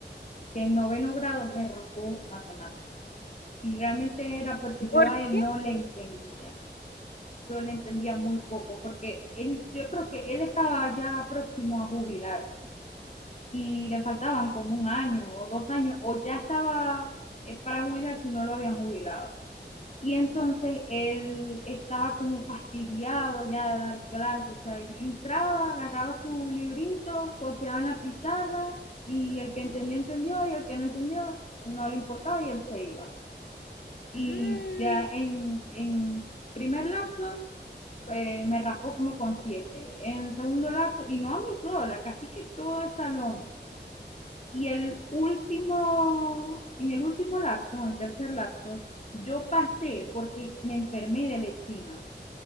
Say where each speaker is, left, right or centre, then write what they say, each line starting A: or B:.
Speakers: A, on the left; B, on the left.
A: que en noveno grado me rapó matemática. Y realmente era porque yo
B: ¿Por
A: a él
B: qué?
A: no le entendía. Yo le entendía muy poco, porque él, yo creo que él estaba ya próximo a jubilarse y le faltaban como un año o dos años, o ya estaba eh, para jubilarse y no lo habían jubilado. Y entonces él estaba como fastidiado ya de dar clases, o sea, él entraba, agarraba su librito, copiaba en la pizarra y el que entendió, entendió y el que no entendió, no le importaba y él se iba. Y
B: Mm,
A: ya en, en primer lapso eh, me raspó como con siete, en segundo lapso, y no a mí sola, casi que todo el salón. Y el último, en el último lapso, en el tercer lapso, yo pasé porque me enfermé de lechina